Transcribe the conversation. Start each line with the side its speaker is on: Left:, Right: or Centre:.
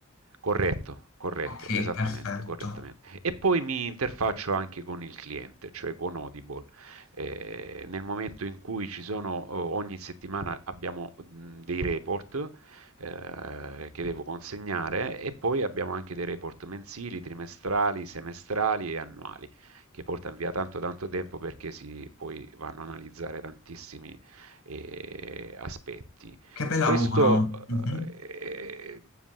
Right: Corretto, corretto,
Left: Ok,
Right: esattamente,
Left: perfetto.
Right: correttamente. E poi mi interfaccio anche con il cliente, cioè con Audible. Eh, nel momento in cui ci sono, o- ogni settimana abbiamo mh, dei report eh, che devo consegnare e poi abbiamo anche dei report mensili, trimestrali, semestrali e annuali, che portano via tanto tanto tempo perché si poi vanno a analizzare tantissimi eh, aspetti.
Left: Che bel lavoro.
Right: Questo
Left: Mhm,
Right: eh, è